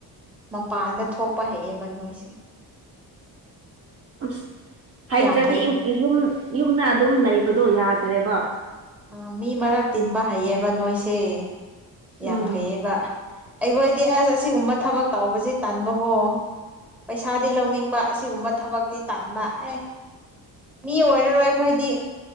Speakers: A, in the centre; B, on the right.
A: ꯃꯄꯥꯟꯗ ꯊꯣꯛꯄ ꯍꯩꯌꯦꯕ ꯅꯣꯏꯁꯦ
B: ꯑꯁ ꯍꯩꯇ꯭ꯔꯗꯤ
A: ꯌꯥꯝ ꯐꯩ
B: ꯌꯨꯝ ꯌꯨꯝꯅ ꯑꯗꯨꯝ ꯂꯩꯕꯗꯣ ꯌꯥꯗ꯭ꯔꯦꯕ
A: ꯑ ꯃꯤ ꯃꯔꯛ ꯇꯤꯟꯕ ꯍꯩꯌꯦꯕ ꯅꯣꯏꯁꯦ ꯌꯥꯝ
B: ꯎꯝ
A: ꯐꯩꯌꯦꯕ ꯑꯩꯈꯣꯏꯗꯤ ꯑꯁ ꯑꯁꯤꯒꯨꯝꯕ ꯊꯕꯛ ꯇꯧꯕꯁꯤ ꯇꯥꯟꯕꯀꯣ ꯄꯩꯁꯥꯗꯤ ꯂꯧꯅꯤꯡꯕ ꯑꯁꯤꯒꯨꯝꯕ ꯊꯕꯛꯇꯤ ꯇꯟꯕ ꯑꯦ ꯃꯤ ꯑꯣꯏꯔꯔꯣꯏ ꯑꯩꯈꯣꯏꯗꯤ